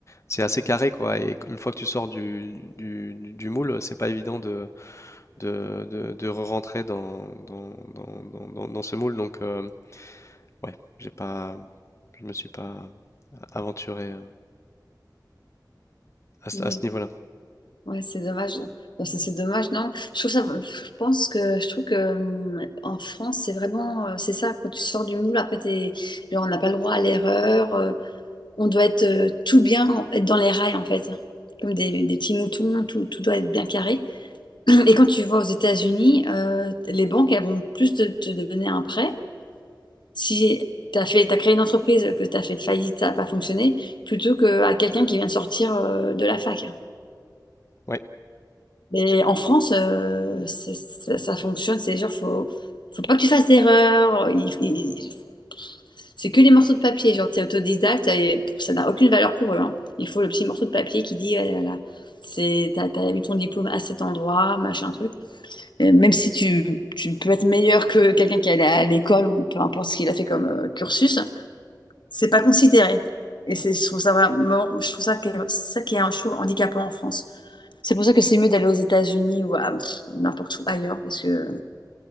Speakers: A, on the left; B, on the left.
A: c'est assez carré, quoi. Et une fois que tu sors du, du, du- du moule, c'est pas évident de, de, de, de re-rentrer dans, dans, dans, dans, dans- dans ce moule. Donc, euh, ouais, j'ai pas, je me suis pas aventuré euh, à, ce
B: Mais
A: à ce niveau-là.
B: ouais, c'est dommage. Enfin, c'est c'est dommage, non? Je trouve ça, je pense que je trouve que hum, en France, c'est vraiment, euh, c'est ça, quand tu sors du moule, après t'es, genre, on n'a pas le droit à l'erreur. euh, on doit être euh, tout bien, en- être dans les rails en fait, comme des, des petits moutons, tout, tout doit être bien carré. Et quand tu vas aux États-Unis, euh, les banques, elles vont plus te, te donner un prêt si tu as fait, t'as créé une entreprise, que tu as fait faillite, ça n'a pas fonctionné, plutôt qu'à quelqu'un qui vient de sortir euh, de la fac.
A: Ouais.
B: Mais en France, euh, ça, ça- ça fonctionne, c'est genre, faut, faut pas que tu fasses d'erreur. il- il- C'est que les morceaux de papier, genre, t'es autodidacte, et ça n'a aucune valeur pour eux. hein. Il faut le petit morceau de papier qui dit, euh, là, là, c'est, t'as, t'as eu ton diplôme à cet endroit, machin truc. Euh, Même si tu, tu peux être meilleur que quelqu'un qui est allé à l'école ou peu importe ce qu'il a fait comme euh, cursus, c'est pas considéré. Et c'est, je trouve ça vraiment, je trouve ça, que- ça qui est, je trouve, handicapant en France. C'est pour ça que c'est mieux d'aller aux États-Unis ou à pff, n'importe où ailleurs, parce que